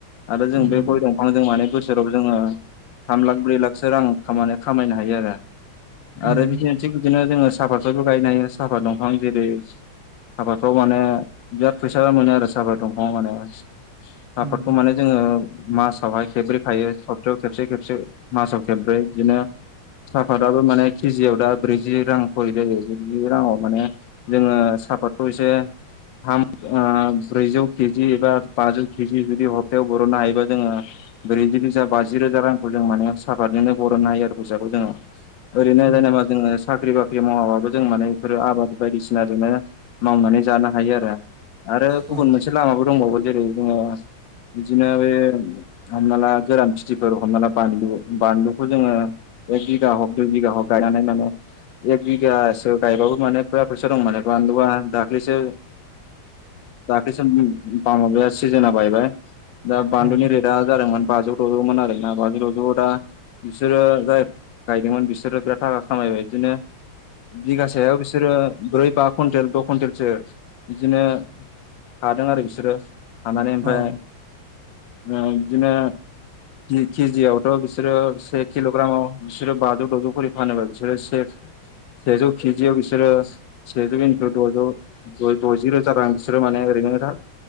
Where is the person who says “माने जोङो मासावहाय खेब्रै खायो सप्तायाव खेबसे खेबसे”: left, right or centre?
Left